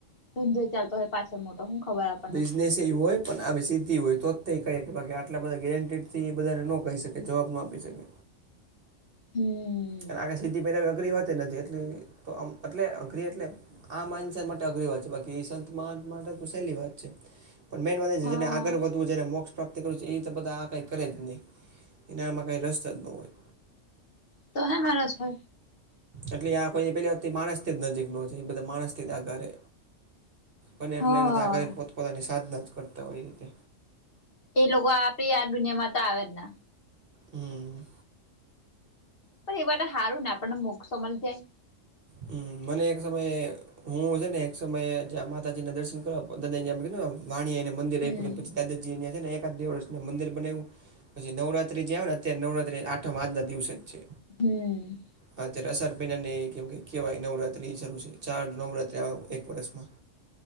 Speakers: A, on the left; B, on the right.
A: ધંધોય ચાલતો હોય પાછળ મોટો હું ખબર આપ
B: બિઝનેસ એ હોય. પણ આવી સીદ્ધિ હોય તો જ તહીં કહીએ કે બાકી આટલા બધા ગેરેંટીડથી એ બધાને ન કહી શકે જવાબ ન આપી શકે.
A: હમ
B: અને આખે સીધી પહેલા અઘરી વાત નથી એટલી તોમ એટલે અઘરી એટલે- આ માનસર માટે અઘરી વાત છે બાકી સંત મા માટે તો સહેલી વાત છે. પણ મેન વાત
A: હા
B: એ છેને આગળ વધ તું જેને મોક્ષ પ્રાપ્ત કરું છું એ તો બધા આ કંઈ કરે જ નહીં એનારમાં કંઈ રસ જ ન હોય.
A: તો હ મા રસ છે.
B: એટલે આ કોઈ પેલી વ માણસથી જ નજીક ન છે એ બધા માણસથી જ આ ઘરે. અને
A: હા
B: એટલે એનાથી આગળને પોતપોતાની સાધના જ કરતા હોય એ રીતે.
A: એ લોકો આપે આ દુનિયામાં તો આવે જ ના.
B: હમ.
A: પણ એ વાર હારું ને આપણને મોગ સમન થાય.
B: હમ મને એક સમયે. હું હ છે ને એક સમયં માતાજીના દર્શન કરો દ કીધું. વાણી અને મંદિર
A: હમ
B: આપ્યું હત પછી દાદાજીયા છેને એકાદ દે વર્ષ ને મંદિર બનાવ્યું. પછી નવરાત્રી જે આવે ને અત્યારે નવરાત્રી આઠમ આજના દિવસ જ છે.
A: હમ.
B: હા તે રસારપીનની કેમ કે, કહેવાય નવરાત્રિ શરૂ છે ચાર નવરાત્રિ આવે એક વરસમાં.